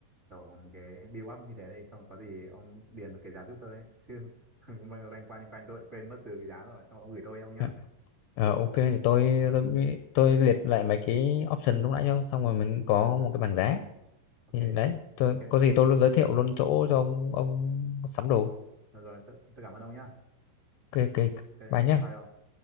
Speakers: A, on the right; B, on the left.
A: kiểu một cái bill up như thế đây xong rồi có gì ông điền một cái giá giúp tôi ấy chứ <laughs> mình loanh quanh loanh quanh tôi lại quên mất trừ cái giá rồi xong rồi ông gửi tôi ông nhá
B: Dạ. Ờ, ok thì tôi, tôi mới- tôi liệt lại mấy cái option lúc nãy cho xong rồi mình có một cái bảng giá
A: ok
B: thì đấy tôi,
A: ok
B: có gì tôi luôn giới thiệu luôn chỗ cho ông ông sắm đồ
A: rồi, rồi tôi, tôi cảm ơn ông nhá
B: ok ok
A: ok
B: bye nhá
A: bye ông